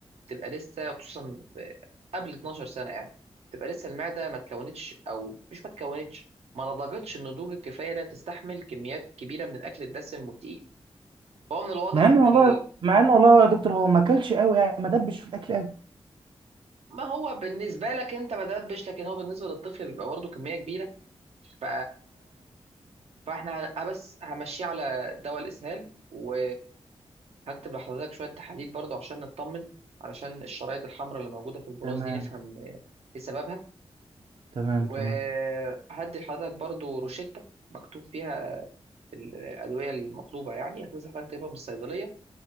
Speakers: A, on the right; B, on the right.
A: بتبقى لسه خصوصا في قبل 12 سنة يعني بتبقى لسه المعدة ما تكونتش أو مش ما تكونتش ما نضجتش النضوج الكفاية لا تستحمل كميات كبيرة من الأكل الدسم والتقيل فهو من الواضح
B: مع انه
A: إن
B: والله
A: ال...
B: مع انه والله يا دكتور هو ما اكلش قوي يعني ما دبش في الاكل قوي
A: ما هو بالنسبة لك أنت ما دبش لكن هو بالنسبة للطفل بيبقى برضه كمية كبيرة ف... فإحنا ه- بس همشيه على دواء الإسهال و هكتب لحضرتك شوية تحاليل برضه عشان نطمن علشان الشرايط الحمراء اللي موجودة في البراز
B: تمام
A: دي نفهم آه، ايه سببها
B: تمام
A: وهدي
B: تمام
A: لحضرتك برضه روشتة مكتوب فيها ال- الأدوية المطلوبة يعني هتنزل حضرتك تجيبها من الصيدلية